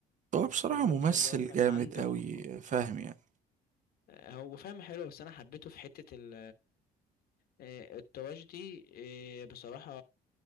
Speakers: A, on the right (about 45°); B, on the left (about 65°).
A: هو بصراحة
B: فاللي
A: ممثل
B: فاللي هو كان
A: جامد
B: عنده
A: قوي
B: آه،
A: فاهم يعني
B: هو فاهم حلو بس انا حبيته في حتة ال آه، التراجيدي آه، بصراحة